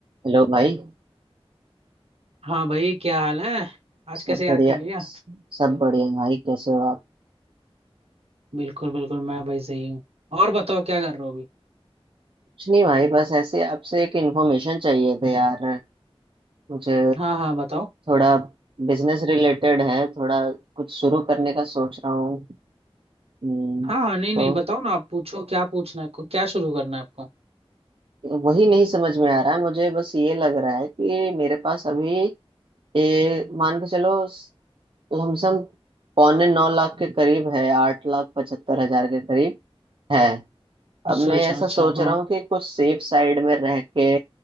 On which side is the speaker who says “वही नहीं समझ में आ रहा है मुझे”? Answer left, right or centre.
Right